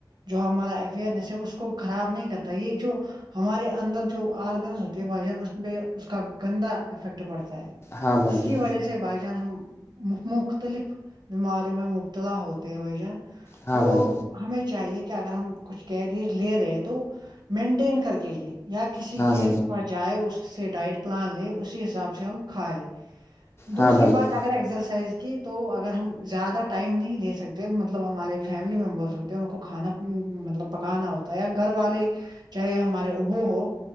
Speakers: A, on the right; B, on the left.
A: جو ہمارا اوئرنیس ہے اس کو خراب نہیں کرتا یہ جو ہمارے اندر جو آرگنس ہوتی ہے بھائی جان اس پہ اس کا گندا افیکٹ پڑتا ہے ہے
B: ہاں بھائی
A: جس کی
B: جان
A: وجہ سے بائی جان ہم مختلف بیماریوں میں مبتلا ہوتے ہیں بھائی جان
B: ہاں
A: تو
B: بھائی
A: ہمیں چاہیے کہ اگر ہم کچھ کیلریز لے رہے تو مینٹین کر کے لے یا کسی
B: جان
A: کے پاس جائے اس سے ڈائٹ پلان لے اسی حساب سے ہم کھائے دوسری
B: ہاں بھائی
A: بات
B: جان
A: اگر ایکسرسائز کی تو اگر ہم زیادہ ٹائم نہیں دے سکتے مطلب ہمارے فیملی ممبر ان کو کھانا مطلب پکانا ہوتا یا گھر والے چاہے ہمارے ابو ہو